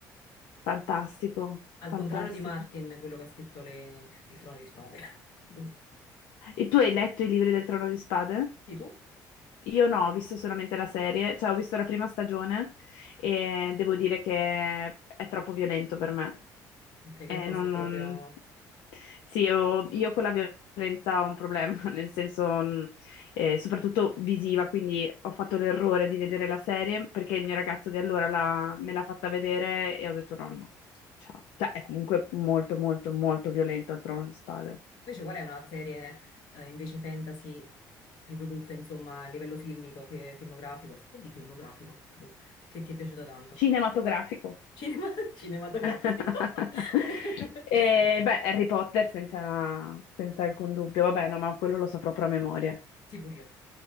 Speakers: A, on the left (about 80°); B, on the left (about 70°).
A: Fantastico,
B: al
A: fantastico.
B: contrario di Martin, quello che ha scritto le- Il Trono di Spade. <laughs> Boh.
A: E tu hai letto i libri del Trono di Spade?
B: Sì, tu?
A: Io no, ho visto solamente la serie, cioè ho visto la prima stagione e devo dire che è troppo violento per me.
B: Ok, che
A: Eh,
B: cosa
A: non, non-
B: proprio...
A: Sì, io, io con la violenza ho un problema, <laughs> nel senso, mh, eh, soprattutto visiva, quindi ho fatto l'errore di vedere la serie perché il mio ragazzo di allora la- me l'ha fatta vedere e ho detto no, no, ciao. Cioè è comunque molto, molto, molto violento il Trono di Spade.
B: Invece qual è una serie eh, invece fantasy riprodotta insomma a livello filmico, fi- filmografico, se può dire filmografico, boh, che ti è piaciuta tanto?
A: Cinematografico.
B: Cinema- <laughs> cinematografico?
A: <laughs>
B: <laughs>
A: E, beh, Harry Potter senza, senza alcun dubbio, vabbè, no, ma quello lo so proprio a memoria.
B: Sì, pure io.